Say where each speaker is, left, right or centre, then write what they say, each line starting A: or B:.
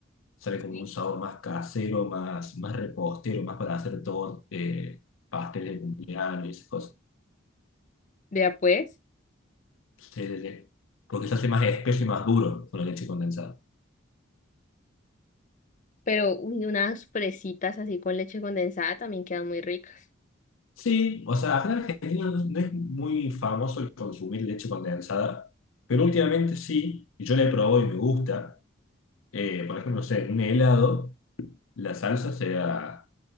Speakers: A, on the left; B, on the left.
A: sale como
B: Sí.
A: un sabor más casero, más, más repostero, más para hacer todo, eh, pasteles de cumpleaños y esas cosas.
B: Vea pues,
A: Sí, sí, sí. Porque se hace más espeso y más duro con la leche condensada.
B: pero uy, unas fresitas así con leche condensada también quedan muy ricas.
A: Sí, o sea, acá en Argentina no, no es muy famoso el consumir leche condensada, pero últimamente sí, y yo la he probado y me gusta. Eh, por ejemplo, no sé, en un helado, la salsa sea